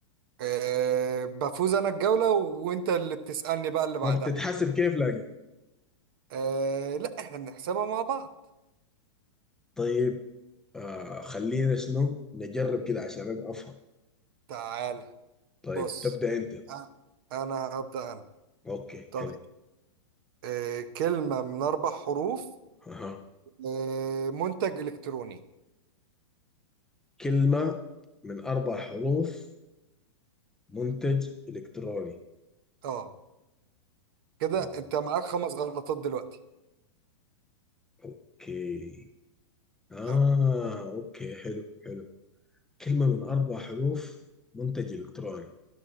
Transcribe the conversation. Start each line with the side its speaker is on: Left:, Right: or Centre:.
Right: أه بفوز انا الجوله وانت اللي بتسالني بقى اللي بعدها
Centre: ما بتتحسب كيف لكن
Right: أه لا احنا بنحسبها مع بعض
Centre: طيب آه خلينا شنو نجرب كده عشان أنا افهم
Right: تعال
Centre: طيب
Right: بص
Centre: تبدأ انت
Right: ها، انا هبدا انا
Centre: اوكي
Right: طيب
Centre: حلو
Right: أه كلمه من اربع حروف
Centre: <laughs>
Right: أه منتج الكتروني
Centre: كلمة من أربع حروف منتج إلكتروني
Right: اه كده
Centre: آه،
Right: انت معاك خمس غلطات دلوقتي
Centre: أوكي آه
Right: خمن
Centre: أوكي حلو حلو كلمة من أربع حروف منتج إلكتروني